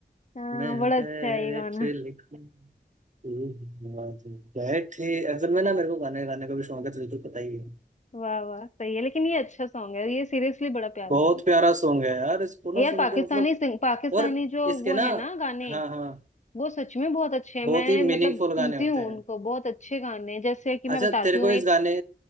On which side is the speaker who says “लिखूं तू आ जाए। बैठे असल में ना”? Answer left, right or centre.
Right